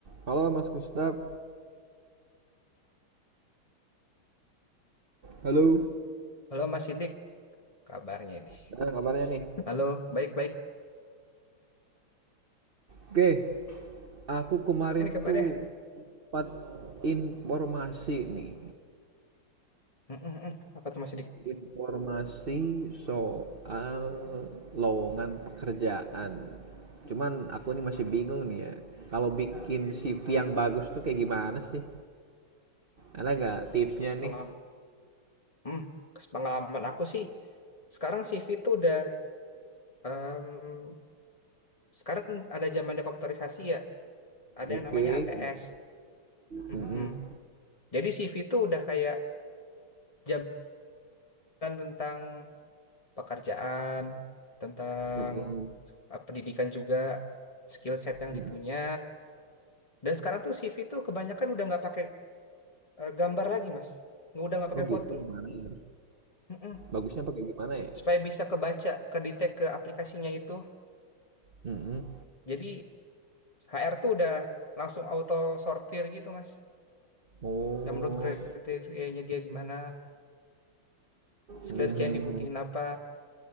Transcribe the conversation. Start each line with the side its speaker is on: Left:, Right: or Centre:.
Right: Halo Mas Gustaf, Halo.
Left: Halo Mas Sidik, kabarnya ini.
Right: gimana kabarnya nih?
Left: Halo, baik-baik
Right: Oke, aku kemarin
Left: ini kabarnya.
Right: tuh dapat informasi nih,
Left: Mm, mm, mm. Apa tuh Mas Sidik?
Right: informasi soal lowongan pekerjaan. Cuman aku ini masih bingung nih ya, kalau bikin CV yang bagus tuh kayak gimana sih? Ada nggak tipsnya
Left: Sepengalaman,
Right: nih?
Left: hmm, sepengalaman aku sih, sekarang CV tuh udah, em, sekarang ada zamannya komputerisasi ya, ada
Right: Oke,
Left: yang namanya ATS.
Right: gimana?
Left: Mm,
Right: Mm-mm,
Left: mm, mm. Jadi CV tuh udah kayak jabaran tentang pekerjaan, tentang
Right: mm-mm,
Left: eh, pendidikan juga, skill set yang
Right: mm-mm.
Left: dipunya. Dan sekarang tuh CV tuh kebanyakan udah nggak pakai eh, gambar lagi, Mas. Nggak udah nggak pakai
Right: Oh gitu,
Left: foto
Right: gimana ya?
Left: Mm-mm.
Right: Bagusnya pakai gimana ya?
Left: Supaya bisa kebaca, kedetek ke aplikasinya itu.
Right: Mm-mm.
Left: Jadi HR tuh udah langsung auto sortir gitu, Mas.
Right: Oh,
Left: Yang menurut kriterianya dia gimana, skill-skill
Right: Mhm.
Left: yang dibutuhin apa.